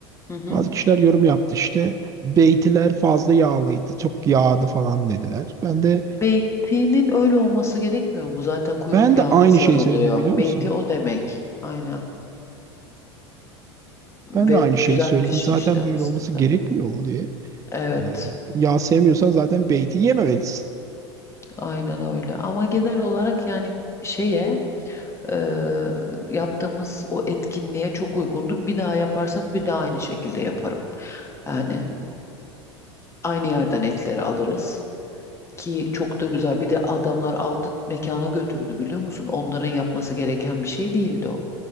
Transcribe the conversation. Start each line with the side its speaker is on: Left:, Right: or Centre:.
Left: Hı hı.
Right: Bazı kişiler yorum yaptı işte beytiler fazla yağlıydı, çok yağdı falan dediler. Ben de
Left: Beytinin öyle olması gerekmiyor mu? Zaten kuyruk
Right: ben
Left: yağına
Right: de aynı
Left: sarılıyor.
Right: şeyi söyledim biliyor
Left: Beyti
Right: musun?
Left: o demek. Aynen. Ve
Right: Ben de aynı
Left: güzel
Right: şeyi söyledim.
Left: pişmişti
Right: Zaten
Left: aslında.
Right: böyle olması gerekmiyor mu diye.
Left: Evet,
Right: Ee, yağ sevmiyorsan zaten beyti yememelisin.
Left: aynen öyle. Ama genel olarak yani şeye e, yaptığımız o etkinliğe çok uygundu. Bir daha yaparsak bir daha aynı şekilde yaparım. Yani aynı yerden etleri alırız ki çok da güzel. Bir de adamlar aldı mekana götürdü biliyor musun? Onların yapması gereken bir şey değildi o.